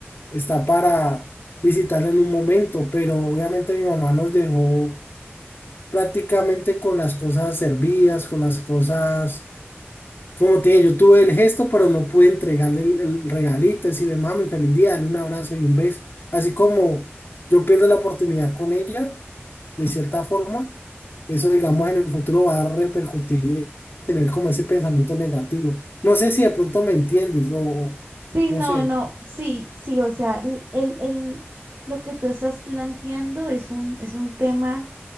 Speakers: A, on the left; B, on the right.
A: está para visitarla en un momento, pero obviamente mi mamá nos dejó prácticamente con las cosas servidas, con las cosas, como te dije, yo tuve el gesto, pero no pude entregarle el, el regalito, decirle, mami, feliz día, dale un abrazo y un beso. Así como yo pierdo la oportunidad con ella, de cierta forma, eso digamos en el futuro va a repercutir y tener como ese pensamiento negativo. No sé si de pronto me entiendes o
B: Sí,
A: no
B: no,
A: sé.
B: no, sí, sí, o sea, el, el, el- lo que tú estás planteando es un, es un tema